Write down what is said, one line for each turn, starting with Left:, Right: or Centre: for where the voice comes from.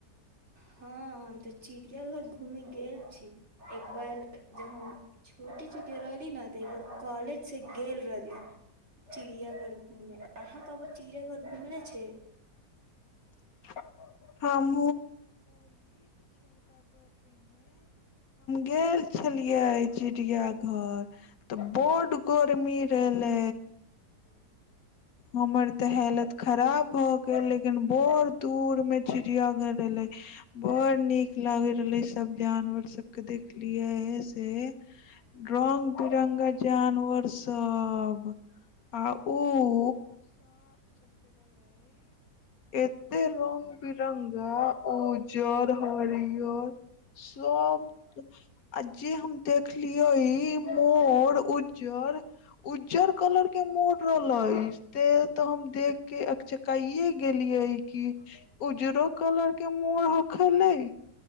Right: हँ हम ते चिड़ियां घर घूमे गेल छी एक बार <unintelligible> <unintelligible>
Left: <inaudible> <unintelligible> हम गेल छलियै चिड़ियांघर तऽ बड गरमी रहले। हमर ते हालत खराब भ गेल लेकिन बड़ दूर में चिड़ियांघर रहले। <unintelligible> <unintelligible> <unintelligible> एतेक रंग बिरंगा उजर हरियर सब आ जे हम <unintelligible> <unintelligible> <unintelligible>